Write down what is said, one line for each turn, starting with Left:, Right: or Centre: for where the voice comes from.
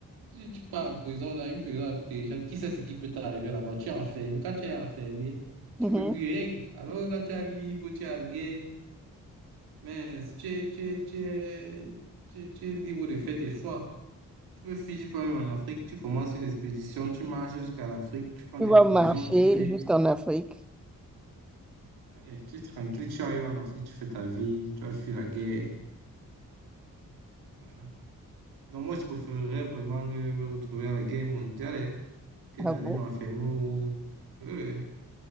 Right: tu, tu pars en prison, dans une prison la plus terrifiante, qui sait ce qui peut t'arriver là-bas? Tu es enfermé. Quand tu es enfermé, tu
Centre: Mhm.
Right: ne peux plus rien. Alors que quand tu es libre, tu es en guerre, mais tu es, tu es, tu es, tu es, tu es libre de faire tes choix. Tu peux fuir, tu peux même en Afrique, tu commences une expédition, tu marches jusqu'à l'Afrique, tu prends
Centre: Tu
Right: tes
Centre: vas
Right: provisions,
Centre: marcher
Right: tu fuis.
Centre: jusqu'en Afrique.
Right: Et tu es tranquille, tu arrives en Afrique, tu fais ta vie, tu as fui la guerre. Voilà. Donc moi, je préférerais vraiment euh, me retrouver à la guerre mondiale hein, que
Centre: Ah
Right: d'aller
Centre: bon?
Right: m'enfermer au... Euh,